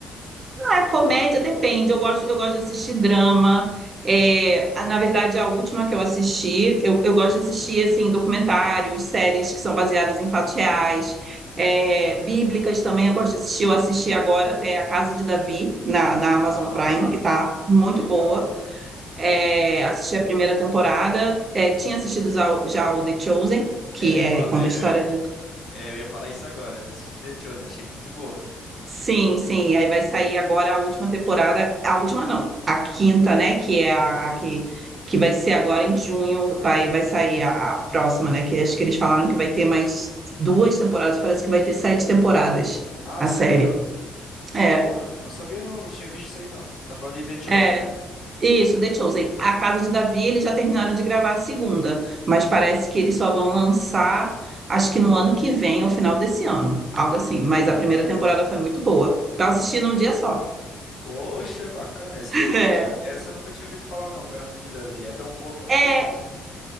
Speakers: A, on the right; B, on the left.
A: Ah, é comédia depende. Eu gosto, eu gosto de assistir drama. É, a- na verdade, a última que eu assisti, eu, eu gosto de assistir assim documentários, séries que são baseadas em fatos reais, é, bíblicas também. Eu gosto de assistir. Eu assisti agora até A Casa de Davi na, na Amazon
B: Ah,
A: Prime, que tá muito
B: legal.
A: boa. É, assisti a primeira temporada. É, tinha assistido já, o- já o The Chosen, que
B: É,
A: é
B: pronto,
A: conta
B: eu,
A: a história
B: eu,
A: de
B: é, eu ia falar isso agora. Eu assisti The Chosen, achei muito boa.
A: Sim, sim. Aí vai sair agora a última temporada, a última não, a quinta, né? Que é a, a que, que vai ser agora em junho, vai, vai sair a, a próxima, né? Que acho que eles falaram que vai ter mais duas temporadas, parece que vai ter sete temporadas
B: Ah,
A: a
B: sério?
A: série. É,
B: Pô, não sabia não, não tinha visto isso aí não. Você tá falando de The Chosen,
A: é.
B: né?
A: Isso, The Chosen. A Casa de Davi, eles já terminaram de gravar a segunda, mas parece que eles só vão lançar, acho que no ano que vem, ao final desse ano, algo assim.
B: Ah,
A: Mas a primeira temporada foi muito boa. Eu assisti num dia só.
B: poxa, bacana. Essa
A: <laughs>
B: daí eu nunca tinha, essa eu nunca tinha ouvido falar não, Casa de Davi. É tão boa quanto
A: É.
B: The Chosen?
A: É,